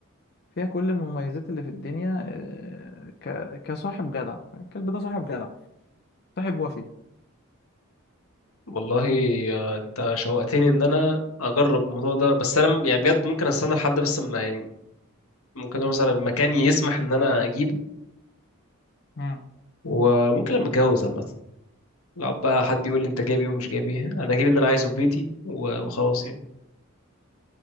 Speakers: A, on the left; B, on the left.
A: فيها كل المميزات اللي في الدنيا آه، ك... كصاحب جدع الكلب ده صاحب جدع صاحب وفي
B: والله آه، انت شوقتني ان انا اجرب الموضوع ده بس انا م- يعني بجد ممكن استنى لحد بس ما يعني ممكن أقول مثلا مكان يسمح ان انا اجيبه
A: مم.
B: وممكن لما اتجوز عامه لو بقى حد يقول لي انت جايب ايه ومش جايب ايه انا جايب اللي انا عايزه في بيتي و- وخلاص يعني